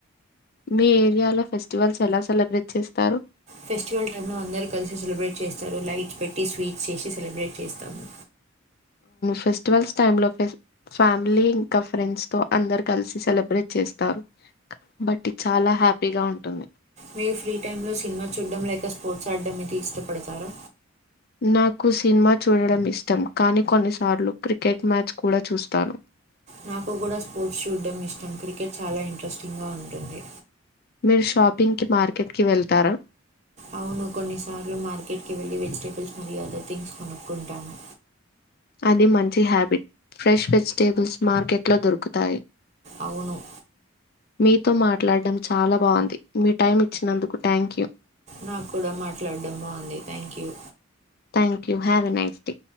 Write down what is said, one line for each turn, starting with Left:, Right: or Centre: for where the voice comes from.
Left: మీ ఏరియాలో ఫెస్టివల్స్ ఎలా సెలబ్రేట్ చేస్తారు
Right: ఫెస్టివల్ టైంలో అందరూ కలిసి సెలబ్రేట్ చేస్తారు లైట్స్ పెట్టి స్వీట్స్ చేసి సెలబ్రేట్ చేస్తాము
Left: ఫెస్టివల్స్ టై లో ఫ్యామిలీ ఇంకా ఫ్రెండ్స్ తో అందరు కలిసి సెలబ్రేట్ చేస్తారు బట్ చాలా హ్యాపీగా ఉంటుంది
Right: మీరు ఫ్రీ టైంలో సినిమా చూడడం లేక స్పోర్ట్స్ ఆడడం ఇది ఇష్టపడతారా
Left: నాకు సినిమా చూడడం ఇష్టం కానీ కొన్నిసార్లు క్రికెట్ మ్యాచ్ కూడా చూస్తాను
Right: నాకు కూడా స్పోర్ట్స్ చూడ్డం ఇష్టం క్రికెట్ చాలా ఇంట్రెస్టింగ్గా ఉంటుంది
Left: మీరు షాపింగ్ కి మార్కెట్ కి వెళ్తారా
Right: అవును కొన్నిసార్లు మార్కెట్కి వెళ్ళి వెజిటేబుల్స్ మరియు అదర్ థింగ్స్ కొనుక్కుంటాను
Left: అది మంచి హ్యాబిట్ ఫ్రెష్ వెజిటేబుల్స్ మార్కెట్ లో దొరుకుతాయి
Right: అవును
Left: మీతో మాట్లాడడం చాలా బాగుంది మీ టైం ఇచ్చినందుకు థ్యాంక్ యూ
Right: నాకు కూడా మాట్లాడడం బాగుంది thank you
Left: thank you have a nice day